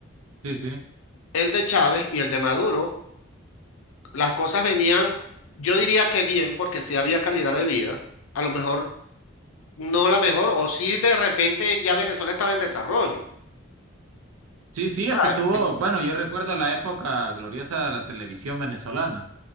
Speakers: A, on the right (about 90°); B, on the left (about 85°).
A: Sí, sí.
B: el de Chávez y el de Maduro, las cosas venían, yo diría que bien, porque sí había calidad de vida, a lo mejor no la mejor, o sí de repente ya Venezuela estaba en desarrollo,
A: Sí, sí,
B: ¿sabes?
A: es que tuvo,
B: Ent-
A: bueno, yo recuerdo la época gloriosa de la televisión venezolana.